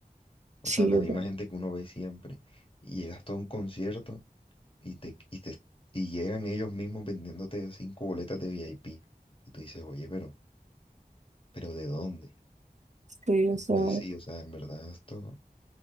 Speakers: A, on the left (about 35°); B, on the right (about 50°).
A: O
B: Sí,
A: sea, la
B: o
A: misma
B: sea,
A: gente que uno ve siempre. Y llegas todo a un concierto y te, y te, y llegan ellos mismos vendiéndote cinco boletas de VIP. Y tú dices, oye, pero, pero ¿de dónde?
B: sí,
A: Entonces
B: o sea,
A: sí, o sea, en verdad esto.